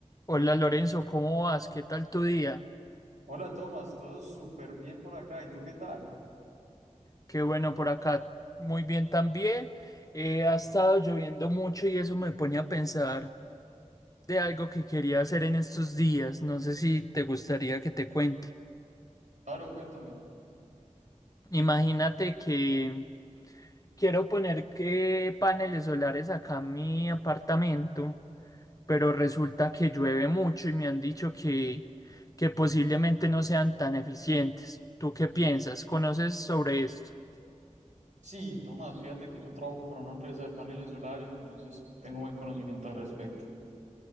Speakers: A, on the left; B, on the right.
A: Hola Lorenzo, ¿cómo vas? ¿Qué tal tu día?
B: Hola Tomás, todo súper bien por acá. ¿Y tú qué tal?
A: Qué bueno por acá. Muy bien también. Eh, ha estado lloviendo mucho y eso me pone a pensar de algo que quería hacer en estos días. No sé si te gustaría que te cuente.
B: Claro, cuéntame.
A: Imagínate que quiero poner que paneles solares acá en mi apartamento, pero resulta que llueve mucho y me han dicho que, que posiblemente no sean tan eficientes. ¿Tú qué piensas? ¿Conoces sobre esto?
B: Sí, Tomás, fíjate que yo trabajo para una empresa de paneles solares, entonces tengo buen conocimiento al respecto.